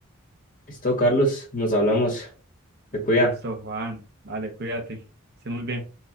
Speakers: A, on the left (about 40°); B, on the right (about 50°).
A: Listo, Carlos, nos hablamos, te cuida.
B: Listo, Juan, vale, cuídate, esté muy bien.